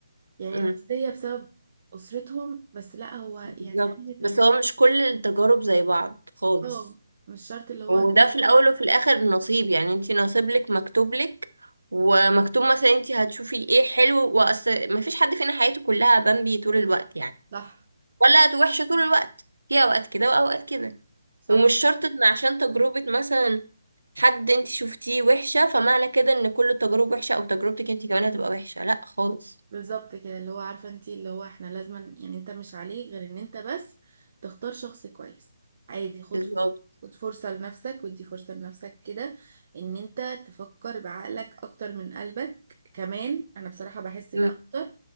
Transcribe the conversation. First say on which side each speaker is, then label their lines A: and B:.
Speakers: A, on the right (about 45°); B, on the right (about 80°).
A: يعني
B: امم
A: نفسية بسبب أسرتهم بس لا هو يعني
B: بالظبط
A: عادي انت
B: بس
A: مش
B: هو مش كل التجارب زي بعض خالص
A: اه مش شرط اللي هو
B: وده
A: انت
B: في الأول وفي الآخر نصيب يعني انتي نصيب لك مكتوب لك ومكتوب مثلا انتي هتشوفي ايه حلو وأصل مفيش حد فينا حياته كلها بامبي طول الوقت يعني
A: صح
B: ولا وحشة طول الوقت في اوقات كده واوقات كده
A: صح
B: ومش شرط ان عشان تجربة مثلا حد انت شفتيه وحشة فمعنى كده ان كل التجارب وحشة او تجربتك انت كمان هتبقى وحشة لا خالص
A: بالظبط كده اللي هو عارفه انت اللي هو احنا لازم يعني انت مش عليك غير ان انت بس تختار شخص كويس عادي خد
B: بالظبط
A: ف- خد فرصه لنفسك ودي فرصه لنفسك كده ان انت تفكر بعقلك اكتر من قلبك كمان انا بصراحه بحس
B: مم.
A: ده اكتر